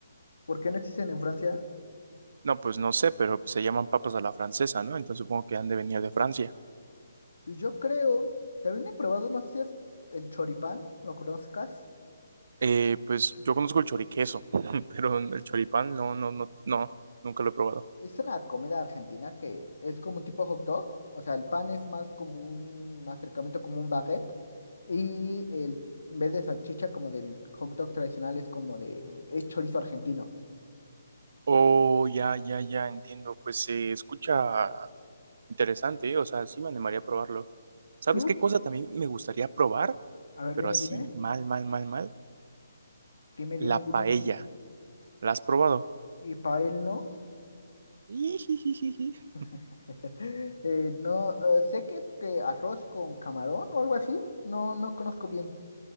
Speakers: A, on the left; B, on the right.
A: ¿Por qué no existen en Francia?
B: No, pues no sé, pero pues, se llaman papas a la francesa, ¿no? Entonces supongo que han de venir de Francia.
A: Pues Yo creo, también he probado, no sé si es el choripán, lo conozcas.
B: Eh, pues yo conozco el choriqueso, <laughs> pero el choripán no, no, no, no, nunca lo he probado.
A: Es una comida argentina que es como un tipo hot dog. O sea, el pan es más como un acercamiento, como un baguette. Y el, en vez de salchicha, como del hot dog tradicional, es como de, es chorizo argentino.
B: Oh, ya, ya, ya, entiendo. Pues se escucha Interesante, ¿eh? O sea, sí me animaría a probarlo. ¿Sabes
A: ¿Tú?
B: qué cosa también me gustaría probar?
A: A ver,
B: Pero
A: dime,
B: así
A: dime.
B: mal, mal, mal, mal.
A: Dime, dime,
B: La
A: dime,
B: paella.
A: dime.
B: ¿La has probado?
A: Y para él no.
B: <laughs>
A: <laughs> Eh, no, eh, sé que es que arroz con camarón o algo así. No, no conozco bien.